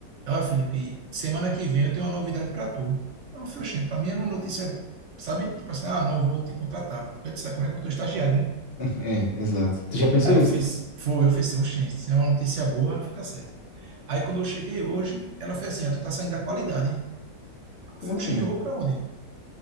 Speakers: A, on the right (about 60°); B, on the left (about 55°).
A: Ó, Felipe, semana que vem eu tenho uma novidade pra tu. Aí Eu falei, "Oxê, pra mim era uma notícia, sabe? Tipo assim, ah, não vou te contratar, porque tu sabe como é que eu tô estagiário, né?
B: É, exato. Tu já pensou
A: Aí
B: isso,
A: eu fiz,
B: né?
A: foi, eu fiz assim, oxê, se é uma notícia boa, fica certo. Aí quando eu cheguei hoje, ela fez assim, ah, tu tá saindo da qualidade. Eu
B: Como
A: falei,
B: assim?
A: oxê, e eu vou pra onde?